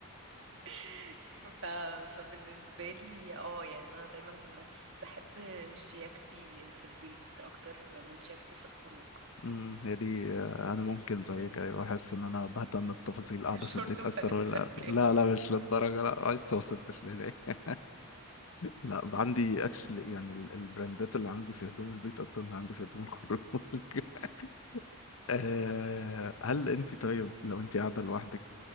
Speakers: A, on the right; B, on the left.
A: <laughs> ف... فبالنسبه لي اه يعني انا دايما بحب شياكتي في البيت اكتر من شياكتي في الخروج
B: أمم، هي دي آه، انا ممكن زيك ايوه احس ان انا بهتم بتفاصيل قاعده
A: <laughs>
B: في
A: شورت
B: البيت
A: وفانلة
B: اكتر ولا
A: كاب
B: لا لا مش للدرجه لا لسه ما وصلتش لهناك لا عندي اكشلي يعني ال- البراندات اللي عندي في هدوم البيت اكتر من عندي في هدوم الخروج <laughs> آه، هل انت طيب لو انت قاعده لوحدك